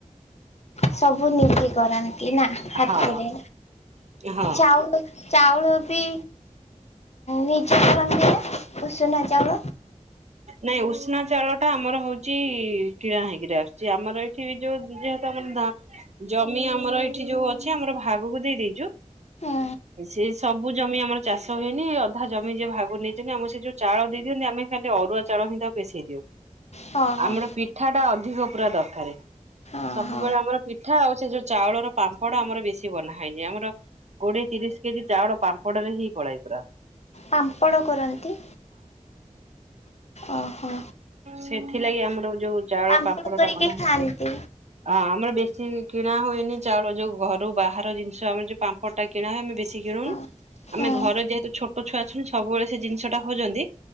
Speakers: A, on the left; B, on the right.
A: ସବୁ ନିଜେ କରନ୍ତି। ତିନା ହାତେରେ
B: ହଁ ହଁ।
A: ଚାଉ ଚାଉଳ ବି ନିଜେ କରନ୍ତି ନା ଉଷୁନା ଚାଉଳ।
B: ନାଇଁ ଉସୁନା ଚାଉଳ ଟା ଆମର ହଉଛି କିଣା ହେଇକିରି ଆସୁଛି ଆମର ଏଇଠି ବି ଯୋଉ ଯେହେତୁ ଆମର ଜମି ଆମର ଏଇଠି ଯୋଉ ଅଛି ଆମର ଭାଗକୁ ଦେଇ ଦେଇଛୁ
A: ହୁଁ
B: ସେ ସବୁ ଜମି ଆମର ଚାଷ ହେଇନି ଅଧା ଜମି ଜିଏ ଭାଗ ନେଇଛନ୍ତି ଆମ ସେ ଯୋଉ ଚାଉଳ ଦେଇ ଦିଅନ୍ତି ଆମେ ଖାଲି ଅରୁଆ ଚଉଳ ହିଁ ତାକୁ ପସେଇ ଦିଅଉ।
A: ହଁ ହଁ
B: ଆମର ପିଠା ଟା ଅଧିକ ଅଧିକ ପୁରା ଦରକାର
A: ହଁ
B: ସବୁବେଳେ
A: ହଁ।
B: ଆମର ପିଠା ଆଉ ସେ ଯୋଉ ଚାଉଳର ପାମ୍ପଡ ଆମର ବେଶୀ ବନାହଇଛି ଆମର କୋଡିଏ ତିରିଶ କେଜି ଚାଉଳ ପାମ୍ପଡ ରେ ହିଁ ପଳାଏ ପୁରା।
A: ପାମ୍ପଡ଼ କରନ୍ତି। ଓହୋ
B: ସେଥି ଥି ଲାଗି ଆମର ଯୋଉ ଚାଉଳ
A: ପାମ୍ପଡ଼
B: ପାମ୍ଫଳ
A: କରିକି
B: ଟା ବନାଏ
A: ଖାଆନ୍ତି।
B: ଅଁ ଆମର ବେଶୀ କିଣା ହୁଏନି ଚାଉଳ ଯୋଉ ଘରୁ ବାହାର ଜିନିଷ ଆମେ ଯୋଉ ପାମ୍ପଡ଼ ଟା କିଣା ହୁଏ ଆମେ ବେଶୀ କିଣଉନୁ
A: ହଁ ହୁଁ
B: ଆମେ ଘର ଯେହେତୁ ଛୋଟ ଛୁଆ ଅଛନ୍ତି ସବୁବେଳେ ସେ ଜିନିଟା ଖୋଜନ୍ତି